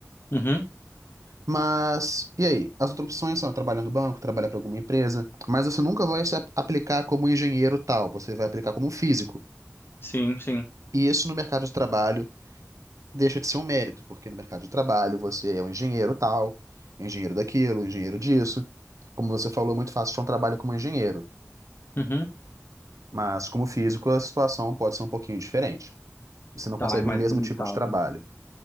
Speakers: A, on the left; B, on the right.
A: Uhum.
B: Mas, e aí? As outras opções são trabalhar no banco, trabalhar para alguma empresa, mas você nunca vai se ap- aplicar como engenheiro tal, você vai aplicar como físico.
A: Sim, sim.
B: E isso no mercado de trabalho deixa de ser um mérito, porque no mercado de trabalho você é um engenheiro tal, é um engenheiro daquilo, um engenheiro disso. Como você falou, é muito fácil achar um trabalho como engenheiro,
A: Uhum.
B: mas como físico a situação pode ser um pouquinho diferente. Você não
A: Tá,
B: consegue
A: é mais
B: o mesmo
A: limitado.
B: tipo de trabalho.